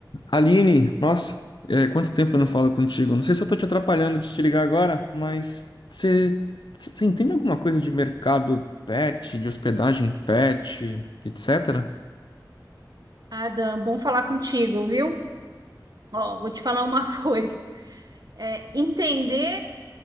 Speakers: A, on the left (about 75°); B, on the right (about 55°).
A: Aline, nossa, é, quanto tempo eu não falo contigo? Não sei se eu tô te atrapalhando de te ligar agora, mas você você entende alguma coisa de mercado pet, de hospedagem pet, etc?
B: Adam, bom falar contigo, viu? Ó, vou te falar uma <laughs> coisa. É, entender,